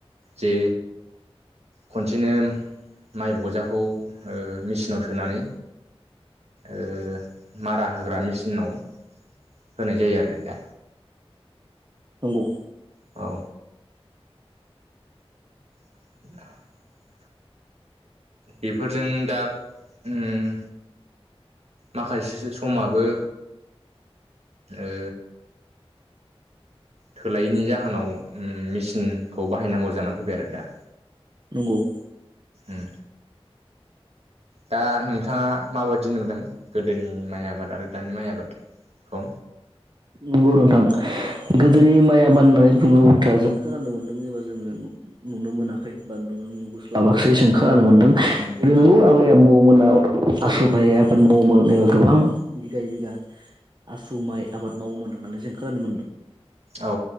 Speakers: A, on the right; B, on the right.
A: जे खनसेनो माइ बजाखौ ओ मिचिनाव सोनानै ओ मारा होग्रा मिचिनाव होनाय जायो आरो दा
B: नंगौ
A: औ <inaudible> बेफोरजों दा उम माखासे जिसोसो समाबो ओ थोलायैनि जाहोनाव उम मिचिनखौ बाहायनांगौ जानानै फैबाय आरो दा
B: नंगौ
A: उम दा नोंथाङा माबायदि नुदों गोदोनि माइ आबाद आरो दानि माइ आबाद? खौ
B: नंगौ नोंथां गोदोनि माइ आबाद होननानै बुङो बुथा जों खोनानो मोनदों एबा जोंङो नुनो मोनाखै बा नुनो नुबोस्लाबासै खोनानो मोनदों
A: उम उम
B: नंगौ आबै आबौमोना आसु माइ आबाद मावोमोन एबा गोबां बिगायै बिगा आसु माइ आबाद मावोमोन होननानै जों खोनानो मोनदों
A: औ